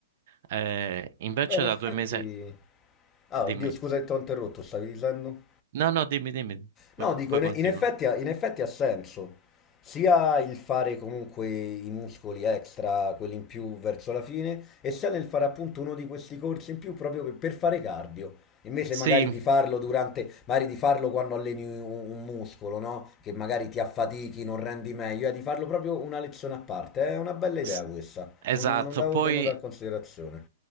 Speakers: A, on the right (about 50°); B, on the left (about 20°).
A: Eh, invece
B: Beh, in
A: da
B: effetti...
A: due mesi...
B: Ah,
A: Dimmi.
B: oddio, scusa che ti ho interrotto, stavi dicendo?
A: No, no, dimmi, dimmi. Poi,
B: No, dico,
A: poi
B: in
A: continuo.
B: in effetti, ha- in effetti ha senso. Sia il fare comunque i muscoli extra, quelli in più verso la fine, e sia nel fare appunto uno di questi corsi in più proprio per, per fare cardio. Invece
A: Sì,
B: magari di farlo durante, magari di farlo quando alleni un, un muscolo, no? Che magari ti affatichi, non rendi meglio, eh, di farlo proprio una lezione a parte. È una bella idea
A: s-
B: questa.
A: esatto.
B: Non, non l'avevo
A: Poi,
B: tenuta in considerazione.